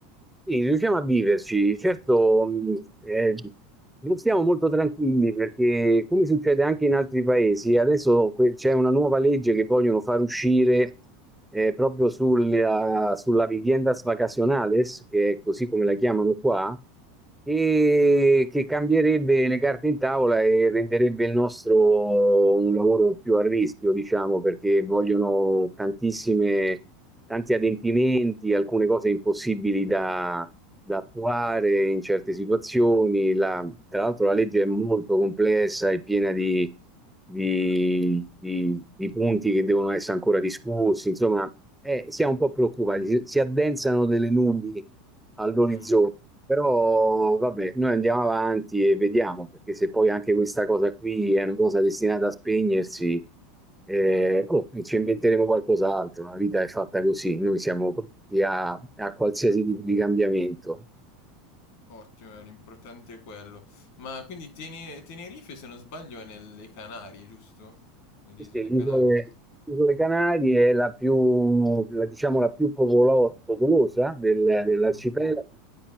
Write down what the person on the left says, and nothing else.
Mm.
Ottimo, l'importante è quello. Ma quindi Tene- Tenerife, se non sbaglio, è nelle Canarie, giusto? Nelle
isole Canarie.
Mhm.